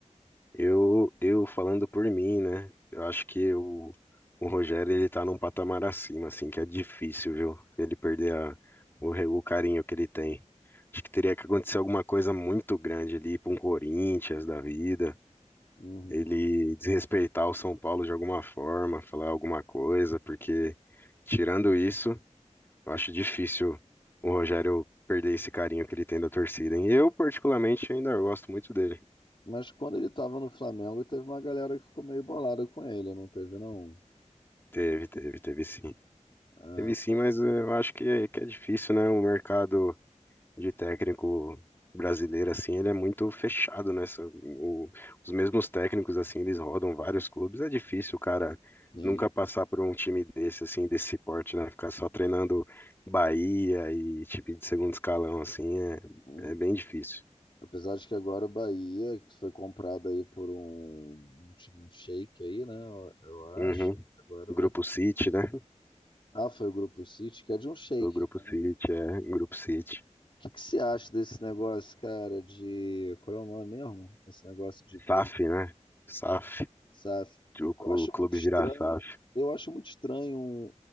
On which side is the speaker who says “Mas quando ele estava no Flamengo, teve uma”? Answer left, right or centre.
Left